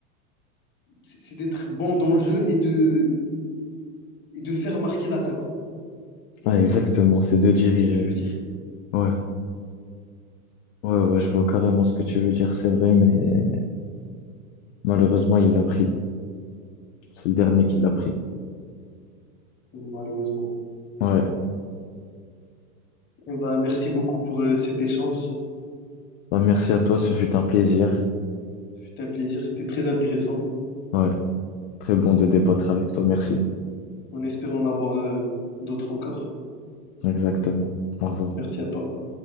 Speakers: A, on the left; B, on the left.
A: c'est c'est d'être bon dans le jeu et de, et de faire marquer l'attaquant. Tu
B: Ah, exactement, c'est de diriger.
A: vois ce que je veux dire,
B: Ouais, ouais, ouais, je vois carrément ce que tu veux dire, c'est vrai, mais malheureusement, il l'a pris. C'est le dernier qui l'a pris.
A: malheureusement.
B: Ouais.
A: Eh ben, merci beaucoup pour euh, cet échange.
B: Bah, merci à toi, ce fut un plaisir.
A: C'était un plaisir, c'était très intéressant.
B: Ouais, très bon de débattre avec toi, merci.
A: On espère en avoir euh, d'autres encore.
B: Exactement. Au revoir.
A: Merci à toi.